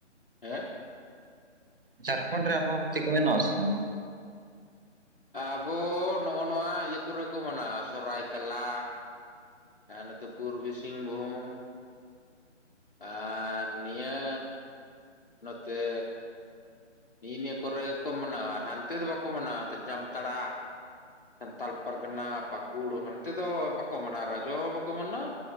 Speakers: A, on the left; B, on the right.
A: ᱦᱮᱸ
B: ᱡᱷᱟᱲᱠᱷᱚᱸᱰ ᱨᱮ ᱟᱢᱵᱟᱵᱚᱛᱤ ᱠᱚ ᱢᱟᱱᱟᱣ ᱟᱥᱮ ᱵᱟᱝᱼᱟ?
A: ᱟᱵᱚ ᱱᱚᱜᱼᱚ ᱱᱚᱣᱟ ᱤᱭᱟᱹ ᱠᱚᱨᱮ ᱠᱚ ᱢᱟᱱᱟᱣᱟ ᱥᱚᱨᱟᱭ ᱠᱮᱞᱞᱟ, ᱟᱨ ᱱᱚᱛᱮ ᱯᱩᱨᱵᱤ ᱥᱤᱝᱵᱷᱩᱢ᱾ ᱟᱨ ᱱᱤᱭᱟᱹ ᱱᱚᱛᱮ ᱱᱤᱜ ᱱᱤᱭᱮ ᱠᱚᱨᱮ ᱜᱮᱠᱚ ᱢᱟᱱᱟᱣᱟ ᱟᱨ ᱦᱟᱱᱛᱮ ᱫᱚ ᱵᱟᱠᱚ ᱢᱟᱱᱟᱣᱟ ᱡᱟᱢᱛᱟᱲᱟ, ᱥᱟᱱᱛᱟᱲ ᱯᱟᱨᱜᱟᱱᱟ ᱯᱟᱹᱠᱩᱲ ᱦᱟᱱᱛᱮ ᱫᱚ ᱵᱟᱠᱚ ᱢᱟᱱᱟᱣᱟ ᱨᱟᱡᱚ ᱦᱚᱸ ᱵᱟᱠᱚ ᱢᱟᱱᱟᱣᱟ,